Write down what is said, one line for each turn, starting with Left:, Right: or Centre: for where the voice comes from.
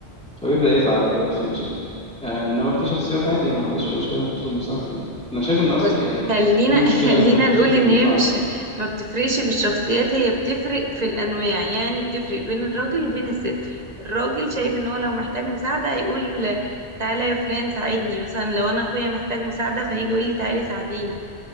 Centre: فبيبدأ يزعل بقى ويحصل مشاكل آه انما في شخصيات عادي يعني ما عندهاش اي مشكله انها تطلب مساعده يعني انا شايف ان اصلا
Right: بص
Centre: يعني
Right: خلينا
Centre: دي مشكله
Right: <laughs> خلينا
Centre: ان حد تطلب
Right: نقول ان
Centre: مساعده
Right: هي مش ما بتفرقش في الشخصيات هي بتفرق في الانواع يعني بتفرق بين الراجل وبين الست الراجل شايف ان هو لو محتاج مساعدة هيقول تعالى يا فلان ساعدني مثلا لو انا اخويا محتاج مساعدة فهيجي يقول لي تعالي ساعديني